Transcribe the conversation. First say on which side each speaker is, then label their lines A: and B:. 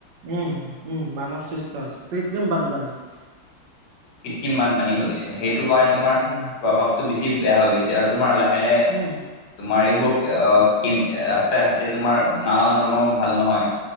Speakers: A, on the right; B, on the left.
A: উম-উম! মানৱ সৃষ্ট হৈছে কৃত্ৰিম বানপানী। <inaudible>
B: কৃত্ৰিম বানপানী হৈ গৈছে, সেইটোৰ কাৰণে তোমাৰ
A: উম
B: প্ৰভাৱটো বেছি বেয়া হৈ গৈছে, আৰু। <inaudible> তোমাৰ লাহে-লাহে <unintelligible>
A: উম
B: তোমাৰ এইবোৰ <unintelligible> কি ৰাস্তাই ঘাটে তোমাৰ নালা-নৰ্দমাও ভাল নহয়।